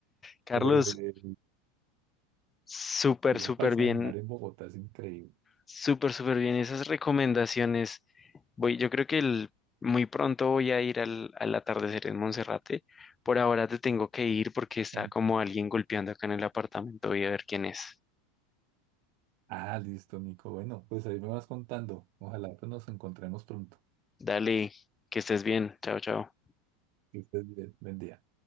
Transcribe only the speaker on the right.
Pero eh,
ir
a paisajear
en Bogotá es increíble.
Um,
Ah, listo, Nico. Bueno, pues ahí me vas contando. Ojalá pues, nos encontremos pronto.
Que estés bien. Buen día.